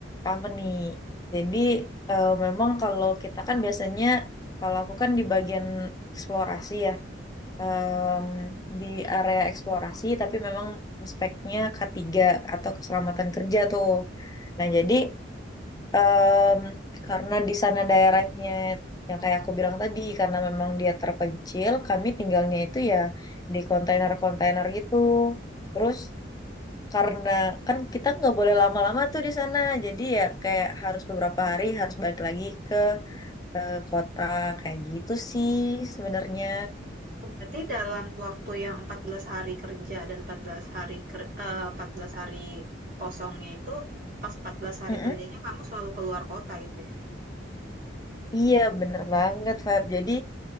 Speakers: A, on the left; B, on the right.
A: company. Jadi eh, memang kalau kita kan biasanya kalau aku kan di bagian eksplorasi ya em, di area eksplorasi tapi memang speknya K3 atau keselamatan kerja tuh. Nah jadi em, karena di sana daerahnya yang kayak aku bilang tadi karena memang dia terpencil kami tinggalnya itu ya di kontainer-kontainer gitu. Terus karena kan kita nggak boleh lama-lama tuh di sana jadi ya kayak harus beberapa hari harus balik lagi ke, eh, kota kayak gitu sih sebenarnya
B: Berarti dalam waktu yang 14 hari kerja dan 14 hari ker eh, 14 hari kosongnya itu pas 14 hari
A: Mm-mm.
B: kerjanya kamu selalu keluar kota gitu ya?
A: iya bener banget Feb jadi